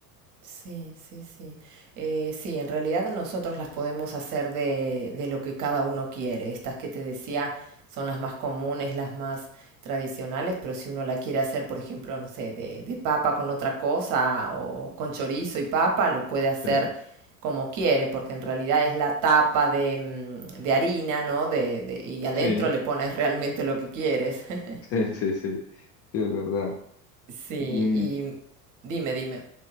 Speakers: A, on the right (about 40°); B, on the left (about 30°).
A: Sí, sí, sí. Eh, sí, en realidad nosotros las podemos hacer de, de lo que cada uno quiere. Estas que te decía son las más comunes, las más tradicionales, pero si uno la quiere hacer, por ejemplo, no sé, de, de papa con otra cosa o con chorizo y papa, lo puede hacer
B: Sí,
A: como quiere, porque en realidad es la tapa de, mm, de harina, ¿no? De, de- y adentro
B: sí,
A: le pones realmente lo que quieres. <laughs>
B: <laughs> sí, sí, sí, sí, es verdad.
A: Sí,
B: ¿Y
A: y dime, dime.